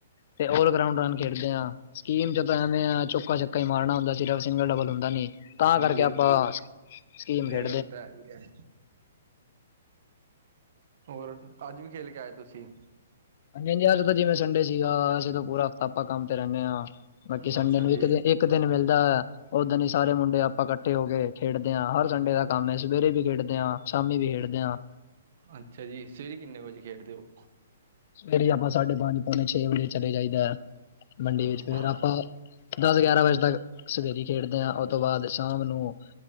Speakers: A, on the left (about 50°); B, on the right (about 55°).
A: ਤੇ ਓਰ ਗਰਾਉਂਡ ਰਨ ਖੇੜਦੇ ਆਂ, ਸਕੀਮ ਜਦੋ ਤਾਂ ਐਵੇਂ ਚੋਕਾ-ਛੱਕਾ ਈ ਮਾਰਨਾ ਹੁੰਦਾ ਸਿਰਫ ਸਿੰਗਲ ਡਬਲ ਹੁੰਦਾ ਨੀ। ਤਾਂ
B: ਹਾਂਜੀ
A: ਕਾਰਕੇ ਆਪਾਂ
B: ਇਹ ਤਾਂ
A: ਸਕੀਮ ਖੇ
B: ਇਹ ਗੱਲ ਤਾ ਐ ਈ ਐ। ਹੋਰ, ਆੱਜ ਵੀ ਖੇਲ ਕੇ ਆਏ ਤੁਸੀਂ?
A: ਹਾਂਜੀ-ਹਾਂਜੀ, ਆੱਜ ਤਾਂ ਜਿਵੇਂ ਸੰਡੇ ਸੀਗਾ ਅਸੀਂ ਤਾਂ ਪੂਰਾ ਹਫ਼ਤਾ ਆਪਾਂ ਕੰਮ ਤੇ ਰੈਨੇ ਆਂ ਬਾਕੀ ਸੰਡੇ
B: ਅੱਛਾ
A: ਨੂੰ ਇੱਕ
B: ਜੀ
A: ਦੇ ਇ ਇੱਕ ਦਿਨ ਮਿਲਦੈ, ਓਦਿਨ ਈ ਸਾਰੇ ਮੁੰਡੇ ਆਪਾਂ ਕੱਠੇ ਹੋ ਕੇ ਖੇੜਦੇ ਆਂ ਹਰ ਸੰਡੇ ਤੱ ਕੰਮ ਐ, ਸਵੇਰੇ ਵੀ ਖੇੜਦੇ ਆਂ ਸ਼ਾਮੀ ਵੀ ਖੇੜਦੇ ਆਂ।
B: ਅੱਛਾ ਜੀ, ਸਵੇਰੇ ਕਿੰਨੇ ਵਜੇ ਖੇੜਦੇ ਓ?
A: ਸਵੇਰੇ ਆਪਾਂ ਸਾਡੇ ਪੰਜ, ਪੋਣੇ ਛੇ ਵਜੇ ਚਲੇ ਜਾਈਦੈ ਮੰਡੀ
B: ਅੱਛਾ
A: ਵਿੱਚ ਫੇਰ ਆਪਾ ਦਸ ਗਿਆਰਾਂ ਵਜੇ ਤੱਕ ਸਵੇਰੀ ਖੇਡਦੇ ਹਾਂ, ਉਹ ਤੋਂ ਬਾਅਦ ਸ਼ਾਮ ਨੂੰ